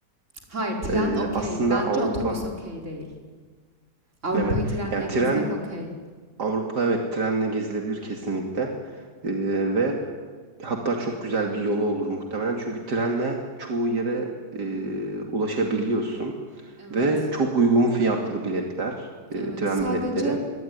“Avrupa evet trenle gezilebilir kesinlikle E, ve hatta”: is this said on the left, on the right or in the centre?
Right